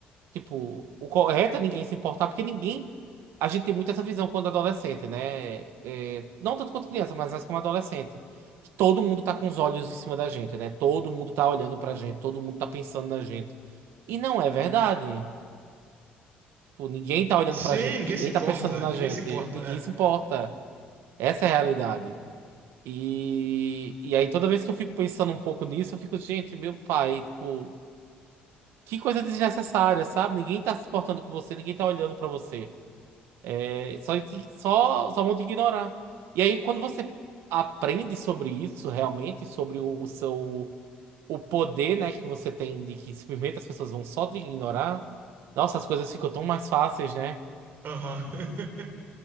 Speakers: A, on the right; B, on the right.
A: Tipo, o correto é ninguém se importar, porque ninguém. A gente tem muito essa visão quando adolescente, né? É, não tanto quanto criança, mas mais como adolescente. Que todo mundo tá com os olhos em cima da gente, né? Todo mundo tá olhando pra gente, todo mundo tá pensando na gente. E não é verdade. Tipo, ninguém tá olhando
B: Sim,
A: pra gente,
B: ninguém
A: ninguém
B: se importa.
A: tá pensando na
B: <laughs> Ninguém
A: gente,
B: se importa.
A: ninguém
B: É,
A: se importa. Essa é a realidade. E, e aí, toda vez que eu fico pensando um pouco nisso, eu fico, gente, meu pai, tipo, que coisa desnecessária, sabe? Ninguém tá se importando com você, ninguém tá olhando pra você. É, Só, que- só, só vão te ignorar. E aí, quando você aprende sobre isso, realmente, sobre o, o seu o poder, né, que você tem de que simplesmente as pessoas vão só te ignorar, nossa, as coisas ficam tão mais fáceis, né?
B: Aham. <laughs>